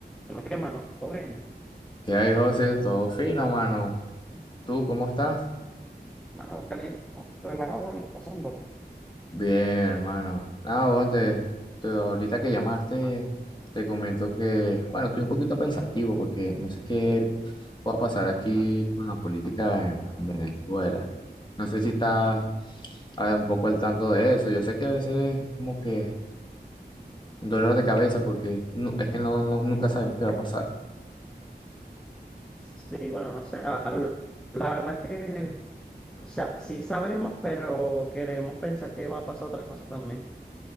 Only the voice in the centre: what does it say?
Pero que, mano, todo bien,
mano, caliente, ¿no? relajado, bueno, pasándola.
Ah, pero
yo
creo que está pensativo,
porque,
eh,
para ti,
la política.
Sí, bueno, no sé, a- a- la verdad es que, o sea, sí sabemos, pero queremos pensar que va a pasar otra cosa también.